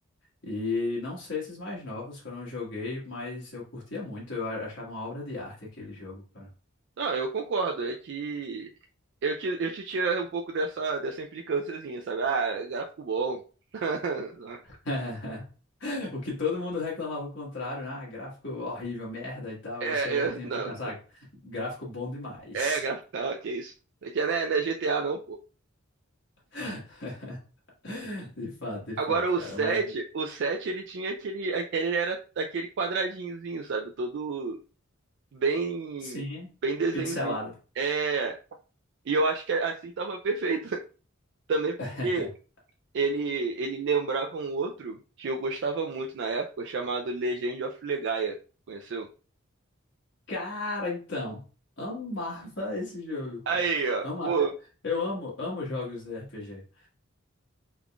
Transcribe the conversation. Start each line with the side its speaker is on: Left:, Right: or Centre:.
Left: E não sei esses mais novos que eu não joguei, mas eu curtia muito, eu a- achava uma obra de arte aquele jogo, cara.
Right: Não, eu concordo, é que eu te, eu te tiro um pouco dessa, dessa implicânciazinha, sabe? Ah, gráfico bom. <laughs>
Left: <laughs> O que todo mundo reclamava o contrário, né? ah, gráfico horrível, merda e tal,
Right: É,
Left: você
Right: eu,
Left: tinha
Right: não,
Left: que pensar, "Ah, gráfico bom demais.
Right: é gráfico, não, que isso. É que né, não é, não é GTA não, pô.
Left: <laughs> De fato, de
Right: Agora
Left: fato,
Right: o
Left: cara.
Right: Aí,
Left: Mas
Right: o 7 ele tinha aquele, aquele ele era aquele quadradinhozinho, sabe? Todo bem,
Left: Sim,
Right: bem desenhozinho.
Left: pixelado.
Right: É, e eu acho que assim tava perfeito. <laughs> Também porque
Left: <laughs>
Right: ele ele lembrava um outro que eu gostava muito na época, chamado Legend of Legaia. Conheceu?
Left: Cara, então, amava esse jogo,
Right: Aí,
Left: cara.
Right: ó,
Left: Ama...
Right: pô.
Left: Eu amo, amo jogos de RPG.